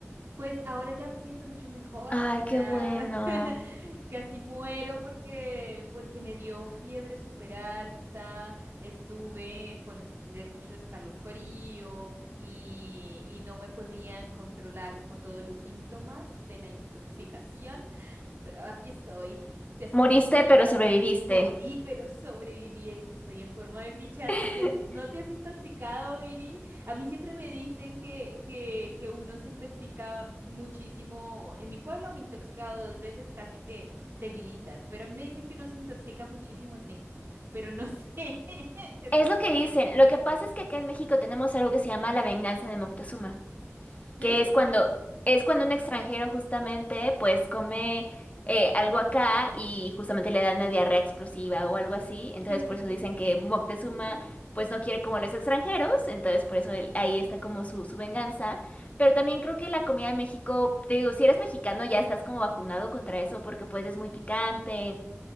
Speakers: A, on the right; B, on the left.
A: Pues ahora ya me siento mucho mejor.
B: Ay, qué
A: ya
B: bueno.
A: <laughs> Casi muero porque, porque me dio fiebre súper alta, estuve con es- de mucho escalofrío y, y no me podían controlar como todos los síntomas de la intoxicación, pero aquí estoy. ¿Te has
B: Moriste, pero sobreviviste.
A: Morí, pero sobreviví y que estoy en forma de fichas.
B: <laughs>
A: ¿No te has, no te has intoxicado, Viri? A mí siempre me dicen que, que, que uno se intoxica muchísimo. En mi pueblo me he intoxicado dos veces casi que seguiditas, pero a mí me dicen que uno se intoxica muchísimo en México, pero no sé, <laughs> ¿es
B: Es
A: verdad?
B: lo que dicen. Lo que pasa es que acá en México tenemos algo que se llama la venganza de Moctezuma,
A: ¿Qué
B: que
A: es eso?
B: es cuando es cuando un extranjero justamente pues come eh, algo acá y justamente le dan una diarrea explosiva o algo así. Entonces
A: <laughs>
B: por eso dicen que Moctezuma pues no quiere como los extranjeros, entonces por eso él- ahí está como su, su venganza. Pero también creo que la comida de México, te digo, si eres mexicano ya estás como vacunado contra eso porque pues es muy picante.